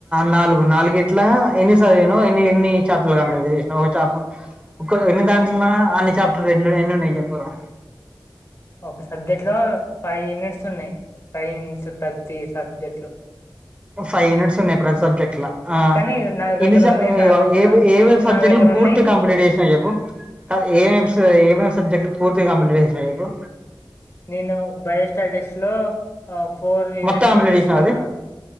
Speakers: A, on the right (about 15°); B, on the left (about 35°).
A: నాలుగు నాలుగు ఇట్లా ఎన్ని సదివినవు ఎన్ని ఎన్ని చాప్టర్లు కంప్లీట్ చేసినవు ఒక చాప్టర్ ఒక ఎన్ని దాంట్ల అన్ని చాప్టర్ రెండు ఎన్ని ఉన్నయి చెప్పారా
B: ఒక సబ్జెక్ట్ లో ఫైవ్ యూనిట్స్ ఉన్నాయి ఫైవ్ యూనిట్స్ ప్రతి సబ్జెక్ట్ లో
A: ఫైవ్ యూనిట్స్ ఉన్నాయి ప్రతి సబ్జెక్ట్ లా ఆ
B: కానీ నా
A: ఎన్ని
B: దగ్గర
A: స
B: ఉన్నాయి టాపిక్
A: ఏ ఏమెమ్ సబ్జెక్ట్
B: నా దగ్గర
A: లు పూర్తిగా
B: ఉన్నాయి
A: కంప్లీట్ చేసినవు చెప్పు కాదు ఏమ ఏమేమి సబ్జెక్ట్ పూర్తిగా కంప్లీట్ చేసినవు చెప్పు
B: నేను బయోస్టాటిక్స్ లో ఫోర్ యూనిట్స్
A: మొత్తం కంప్లీట్
B: ఏసుకున్నా
A: చేసినావా అది